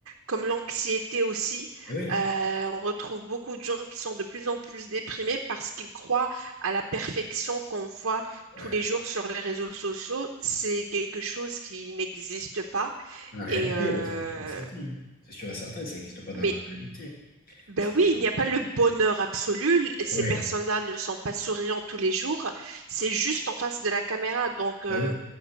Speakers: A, on the right; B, on the left.
A: comme l'anxiété aussi.
B: Eh oui,
A: Euh, on retrouve beaucoup de gens qui sont de plus en plus déprimés parce qu'ils croient à la perfection qu'on voit
B: ouais.
A: tous les jours sur les réseaux sociaux, c'est quelque chose qui n'existe pas.
B: Dans la réalité,
A: Et euh,
B: ouais, c'est sûr et certain. hein. C'est sûr et certain, ça n'existe pas dans
A: mais
B: la réalité.
A: ben
B: C'est
A: oui,
B: pas...
A: il n'y a pas le bonheur absolu. Ces
B: Ouais,
A: personnes-là ne sont pas souriantes tous les jours. C'est juste en face de la caméra. Donc, euh,
B: bah oui,